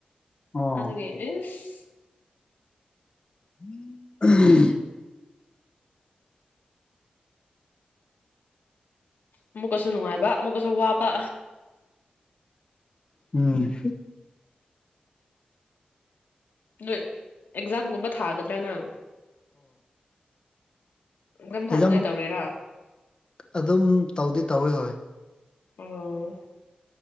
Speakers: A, on the left (about 30°); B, on the left (about 85°).
A: ꯑꯣ
B: ꯑꯗꯨꯒꯤ ꯑꯦꯁ
A: ꯎꯝ <unintelligible>
B: ꯃ <unintelligible> ꯑꯃꯨꯛꯀꯁꯨ ꯅꯨꯡꯉꯥꯏꯕ ꯑꯃꯨꯛꯀꯁꯨ ꯋꯥꯕ
A: ꯎꯝ
B: ꯂꯩ ꯑꯦꯛꯖꯥꯝꯒꯨꯝꯕ ꯊꯥꯒꯗ꯭ꯔꯥ ꯅꯪ ꯃꯊꯪ ꯊꯥꯅꯤꯡꯉꯥꯏ
A: ꯑꯦꯖꯝ
B: ꯇꯧꯔꯤꯔꯥ
A: ꯑꯗꯨꯝ ꯇꯧꯗꯤ ꯇꯧꯋꯤ ꯍꯣꯏ
B: ꯑꯣ